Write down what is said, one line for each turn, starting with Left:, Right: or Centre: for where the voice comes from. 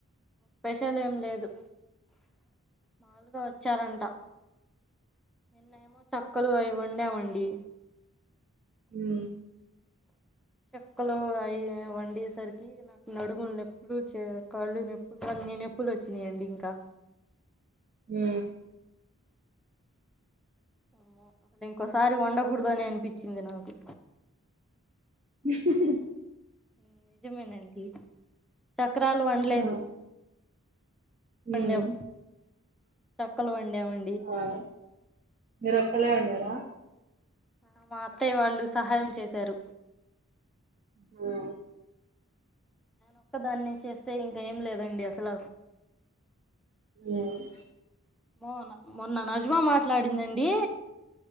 Centre: స్పెషల్ ఏం లేదు మామూలుగ వచ్చారంట నిన్నేమో <unintelligible> క్కలు అవి వండామండి
Right: ఉ
Centre: చెక్కలు అయి వండేసరికి నాకు నడుముల్ నొప్పులు చ్చే కాళ్ళు నొప్పులు కొన్ని నొప్పులు వచ్చినాయండి ఇంక
Right: హు
Centre: అమ్మో అసలు ఇంకోసారి వండగుడదు అనే అనిపిచింది నాకు
Right: <inaudible>
Centre: ఉ నిజమేనండి చక్రాలు వండలేదు
Right: ఆ ఉమ్
Centre: వండాం చక్కలు వండామం
Right: ఆయ్ మీ రొక్కలే వండారా
Centre: ఆహ్ మా అత్తయ్య వాళ్ళు సహాయం చేసారు
Right: మ్
Centre: ఒక్క దాన్నే చేస్తే ఇంక ఏం లేదండి అసల
Right: ఉమ్
Centre: మొ మొన్న నజ్మా మాట్లాడిందండి